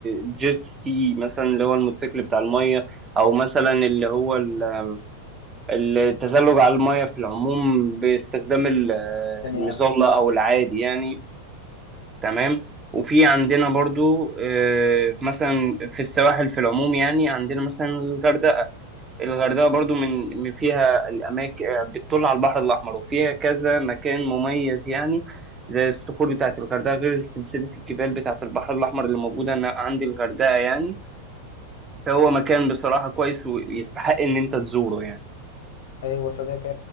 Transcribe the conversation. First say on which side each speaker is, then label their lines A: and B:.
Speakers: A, on the right; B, on the left.
A: الجيت سكي مثلا اللي هو الموتوسيكل بتاع المية أو مثلا اللي هو ال- التزلج على المية في العموم باستخدام ال- آه،
B: يا
A: المظلة
B: أخي
A: أو العادي يعني تمام وفي عندنا برضو آه، مثلا في السواحل في العموم يعني عندنا مثلا الغردقة الغردقة برضو من من فيها الأماكن بتطل على البحر الأحمر وفيها كذا مكان مميز يعني زي الصخور بتاعة الغردقة غير سلسلة الجبال بتاعة البحر الأحمر اللي موجودة هنا عند الغردقة يعني فهو مكان بصراحة كويس ويستحق إن أنت تزوره يعني
B: أيوة صديقي